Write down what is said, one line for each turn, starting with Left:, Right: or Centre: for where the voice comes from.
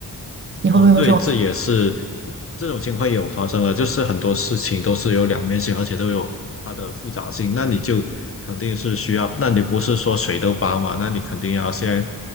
Right: 你会不会有这种？
Left: 哦，对，这也是这种情况也有发生了，就是很多事情都是有两面性，而且都有它的复杂性。那你就肯定是需要，那你不是说谁都帮嘛？那你肯定要先